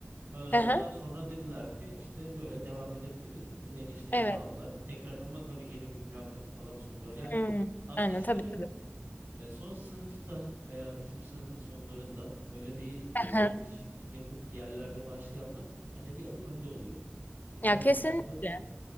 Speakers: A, on the right; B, on the left.
A: Ee,
B: Hı hı.
A: Daha sonra dediler ki işte böyle devam edebiliriz. E, Beni işte
B: Evet.
A: işe aldılar. Tekrar ama tabii yeni bir mülakata falan sokuyorlar. Yani
B: Hmm.
A: aslında
B: Aynen
A: şöyle
B: tabii tabii.
A: e, son sınıfta veya üçüncü sınıfın sonlarında böyle bir e,
B: Hı
A: giriş
B: hı.
A: yapıp bir yerlerde başlayanlar bence bir adım önde oluyor. İşte
B: Ya
A: ben
B: kesinlikle.
A: başladı